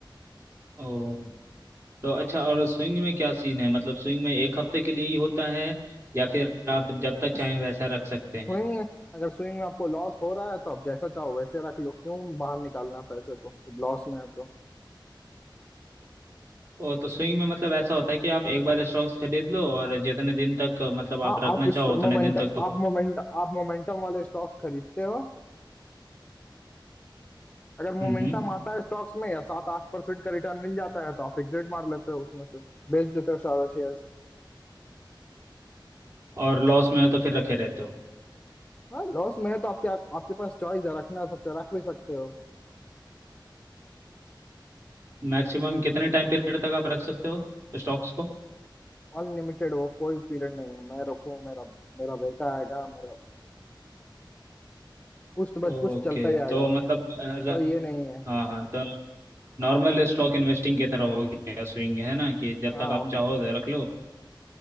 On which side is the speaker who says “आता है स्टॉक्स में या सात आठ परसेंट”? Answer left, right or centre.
Left